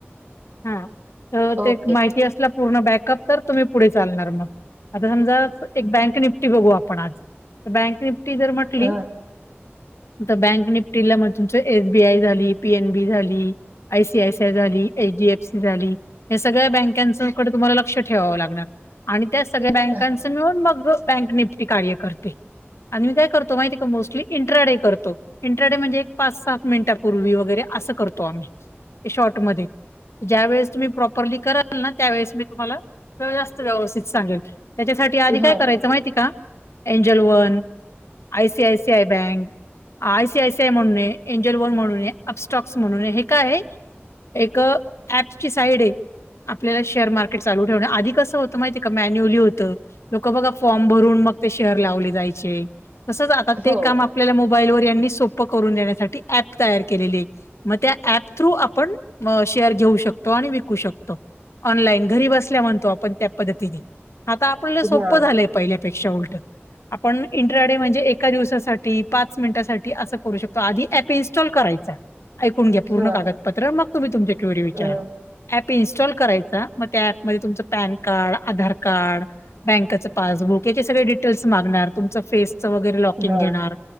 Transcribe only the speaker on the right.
ओके
ह
हा
हा
हो
हा
हा
अ,
हा